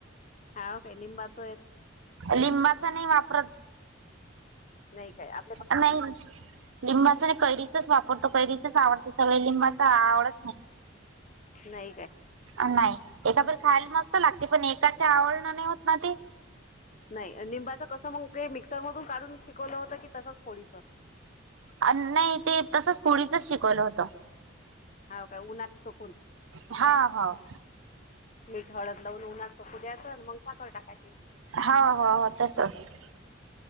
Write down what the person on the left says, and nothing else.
हांव का लिंबाचं.
नाही काय आप
नाही काय.
नाही निंबाच कसं मग ते, मिक्सर मधून काढून शिकवलं होतं की तसंच फोडीचं.
हांव काय उन्हात सुकून.
मीठ, हळद लावून उन्हात सुकू द्याचं मग साखर टाकायची.